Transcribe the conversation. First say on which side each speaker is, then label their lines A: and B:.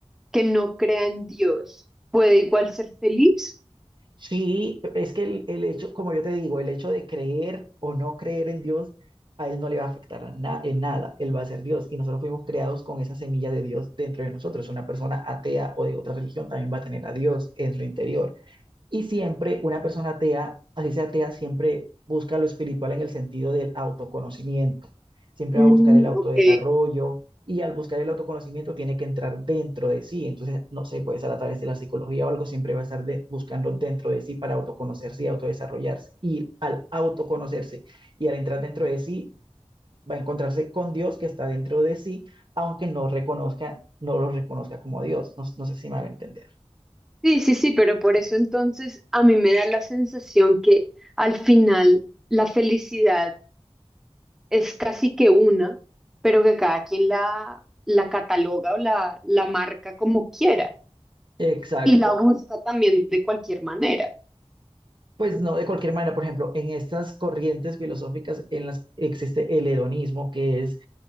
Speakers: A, in the centre; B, on the right (about 45°).
A: que no crea en Dios, puede igual ser feliz?
B: sí, es que el, el hecho, como yo te digo, el hecho de creer o no creer en Dios, a Él no le va a afectar a na- en nada, Él va a ser Dios. Y nosotros fuimos creados con esa semilla de Dios dentro de nosotros. Una persona atea o de otra religión también va a tener a Dios en su interior. Y siempre una persona atea, así sea atea, siempre busca lo espiritual en el sentido del autoconocimiento. Siempre
A: Mm,
B: va a buscar el autodesarrollo
A: ok.
B: y al buscar el autoconocimiento tiene que entrar dentro de sí. Entonces, no sé, puede ser a través de la psicología o algo, siempre va a estar de- buscando dentro de sí para autoconocerse y autodesarrollarse. Y al autoconocerse y al entrar dentro de sí, va a encontrarse con Dios que está dentro de sí, aunque no reconozca, no lo reconozca como Dios. No, no sé si me va a entender.
A: Sí, sí, sí, pero por eso entonces a mí me da la sensación que al final la felicidad es casi que una, pero que cada quien la, la cataloga o la, la marca como quiera
B: Exacto.
A: y la busca también de cualquier manera.
B: Pues no, de cualquier manera, por ejemplo, en estas corrientes filosóficas en las existe el hedonismo, que es